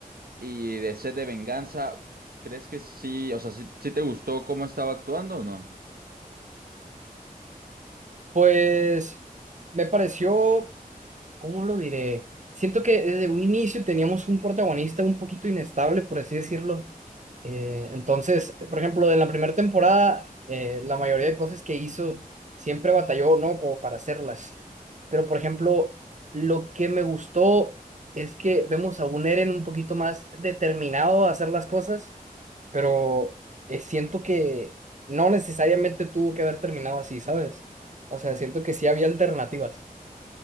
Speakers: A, on the right (about 75°); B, on the right (about 50°).
A: y de sed de venganza, ¿crees que sí, o sea, sí, sí te gustó cómo estaba actuando o no?
B: pues me pareció, ¿cómo lo diré? Siento que desde un inicio teníamos un protagonista un poquito inestable, por así decirlo. Eh, entonces, eh, por ejemplo, de la primera temporada, eh, la mayoría de cosas que hizo siempre batalló, ¿no? Como para hacerlas. Pero, por ejemplo, lo que me gustó es que vemos a un Eren un poquito más determinado a hacer las cosas, pero eh, siento que no necesariamente tuvo que haber terminado así, ¿sabes? O sea, siento que sí había alternativas.